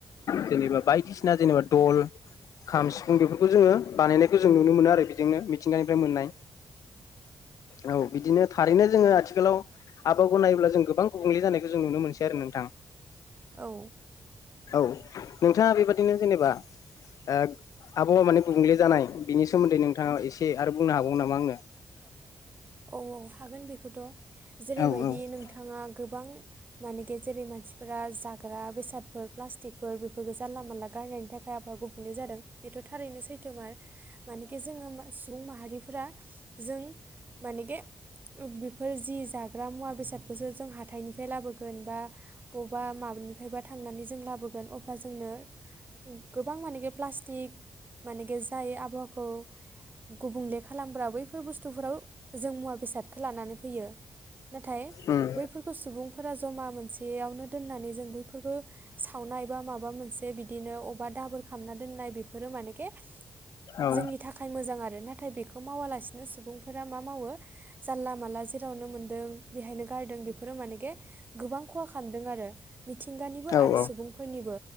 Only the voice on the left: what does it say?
जेनेबा बायदिसिना जेनेबा दल, खाम, सिफुं बेफोर बो जोङो बानायनायखौ जों नुनो मोनो आरो बेजोंनो मिथिंगानिफ्राय मोननाय औ बिदिनो थारैनो जोङो आथिखालाव आबावगौ नायोब्ला जों गोबां गुबुंले जानायखौ जों नुनो मोनसै आरो नोंथां
औ नोंथाङा बेबादिनो जेनेबा ओ आबहावा माने गुबुंले जानाय बेनि सोमोन्दै नोंथाङा एसे आरो बुंनो हाबावगो नामा आंनो
औ
औ उम
औ
औ
औ